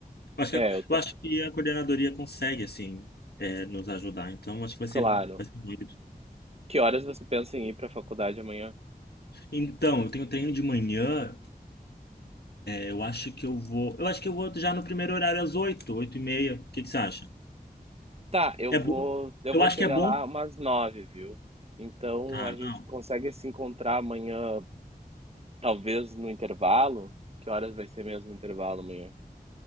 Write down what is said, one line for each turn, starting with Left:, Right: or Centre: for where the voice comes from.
Left: Eu acho
Right: É,
Left: que a,
Right: eu ta-
Left: eu acho que a coordenadoria consegue, assim, é, nos ajudar, então acho que vai ser,
Right: claro.
Left: vai ser válido.
Right: Que horas você pensa em ir para a faculdade amanhã?
Left: Então, eu tenho treino de manhã. Eu acho que eu vou. Eu acho que eu vou já no primeiro horário às oito, oito e meia. O que que você acha?
Right: Tá, eu
Left: É
Right: vou,
Left: bom.
Right: eu
Left: Eu
Right: vou
Left: acho
Right: chegar
Left: que é bom.
Right: lá umas nove, viu? Então
Left: Ah,
Right: a gente
Left: não.
Right: consegue se encontrar amanhã, talvez no intervalo? Que horas vai ser mesmo o intervalo amanhã?